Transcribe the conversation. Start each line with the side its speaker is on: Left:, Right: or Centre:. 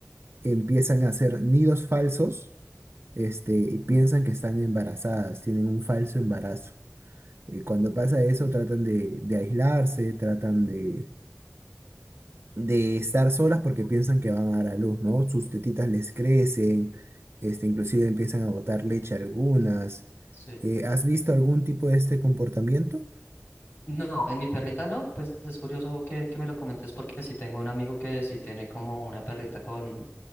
Right: empiezan a hacer nidos falsos este, y piensan que están embarazadas, tienen un falso embarazo. Eh, cuando pasa eso tratan de, de aislarse, tratan de de estar solas porque piensan que van a dar a luz, ¿no? Sus tetitas les crecen, este, inclusive empiezan a botar leche algunas.
Left: Sí.
Right: Eh, ¿has visto algún tipo de este comportamiento?
Left: No, en mi perrita no, pues es curioso que, que me lo comentes porque sí tengo un amigo que sí tiene como una perrita con,